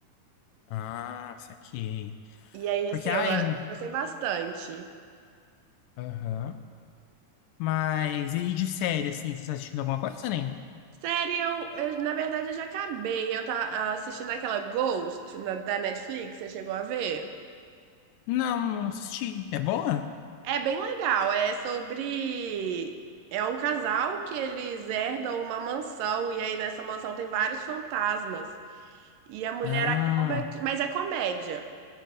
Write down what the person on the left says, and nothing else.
Ah, saquei.
Porque,
ai.
me-
Aham. Mas e de série, assim? Você tá assistindo alguma coisa, nem?
Não, não assisti. É boa?
Ah.